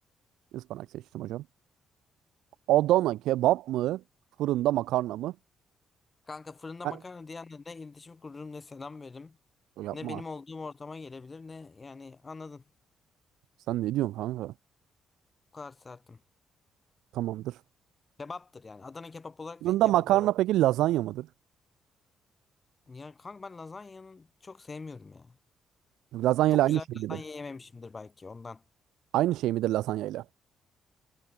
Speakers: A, on the right; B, on the left.
A: Ispanak seçtim hocam. Adana kebap mı? Fırında makarna mı?
B: Kanka fırında
A: Ha,
B: makarna diyenle ne iletişim kururum ne selam veririm.
A: yapma.
B: Ne benim olduğum ortama gelebilir ne yani anladın.
A: Sen ne diyorsun kanka?
B: Bu kadar sertim.
A: Tamamdır.
B: Kebaptır yani. Adana kebap olarak
A: Bunda
B: değil, kebap
A: makarna
B: olarak.
A: peki lazanya mıdır?
B: Yani kanka ben lazanyanın çok sevmiyorum ya.
A: Lazanya
B: Çok
A: ile aynı
B: güzel
A: şey
B: bir
A: midir?
B: lazanya yememişimdir belki ondan.
A: Aynı şey midir lazanya ile?